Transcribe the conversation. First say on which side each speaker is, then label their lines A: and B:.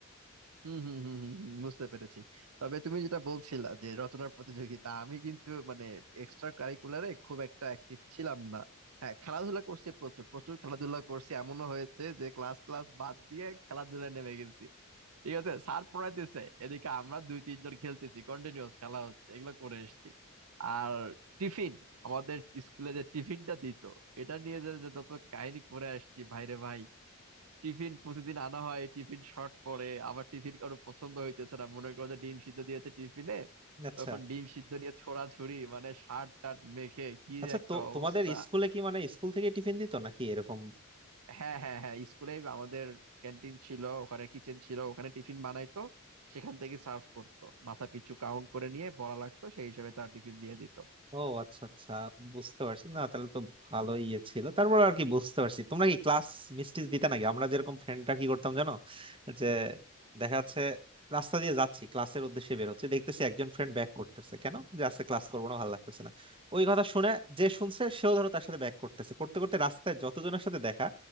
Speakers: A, on the right (about 85°); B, on the right (about 25°).
A: হম হম হম হম হম, বুঝতে পেরেছি তবে তুমি যেটা বলছিলা যে রচনার প্রতিযোগিতা আমি কিন্তু মানে এক্সট্রা কারিকুলারে খুব একটা অ্যাক্টিভ ছিলাম না হ্যাঁ খেলাধুলা করছি প্রচুর প্রচুর খেলাধুলা করছি এমনও হয়েছে যে ক্লাস ক্লাস বাদ দিয়ে খেলাধুলায় নেমে গেছি ঠিক আছে স্যার পড়াইতেছে এদিকে আমরা দুই তিনজন খেলতেছি কন্টিনিউয়াস খেলা হচ্ছে এগুলো করে এসেছি আর টিফিন আমাদের স্কুলে যে টিফিনটা দিত এটা নিয়ে যে যে যত কাহিনী করে আসছি ভাইরে ভাই টিফিন প্রতিদিন আনা হয় টিফিন শর্ট পড়ে আবার টিফিন কারো পছন্দ হইতেছে না মনে করো যে ডিম সিদ্ধ দিয়েছে টিফিনে
B: আচ্ছা
A: তখন ডিম সিদ্ধ নিয়ে ছোড়াছুড়ি মানে শার্ট টাট মেখে কি
B: আচ্ছা
A: যে একটা
B: তো
A: অবস্থা
B: তোমাদের স্কুলে কি মানে স্কুল থেকে টিফিন দিত নাকি এরকম
A: হ্যাঁ হ্যাঁ হ্যাঁ স্কুলে আমাদের ক্যান্টিন ছিল ওখানে কিচেন ছিল ওখানে টিফিন বানাইতো সেখান থেকে সার্ভ করতো মাথা পিছু কাউন্ট করে নিয়ে বলা লাগতো সেই হিসাবে তার টিফিন দিয়ে দিত
B: ও আচ্ছা আচ্ছা বুঝতে পারছি না তাহলে তো ভালোই ইয়ে ছিল তারপর আর কি বুঝতে পারছি তোমরা কি ক্লাস মিস্টিস দিতে নাকি আমরা যেরকম ফ্রেন্ডরা কি করতাম জানো যে দেখা যাচ্ছে রাস্তা দিয়ে যাচ্ছি ক্লাসের উদ্দেশ্যে বের হচ্ছে দেখতেছি একজন ফ্রেন্ড ব্যাক করতেছে কেন যে আজকে ক্লাস করবো না ভালো লাগতেছে না ওই কথা শুনে যে শুনছে সেও ধরো তার সাথে ব্যাক করতেছে করতে করতে রাস্তায় যতজনের সাথে দেখা